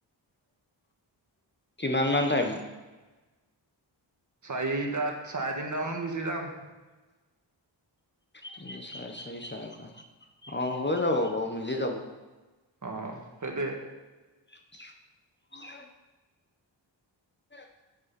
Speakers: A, on the left; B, on the right.
A: কিমান মান টাইমত?
B: চাৰিটাত চাৰে তিনটা মানত গুচি যাম।
A: তিনি চাৰে চাৰি চাৰে অ হৈ যাব বাৰু মিলি যাব।
B: অ সেই দে
A: <unintelligible> <unintelligible>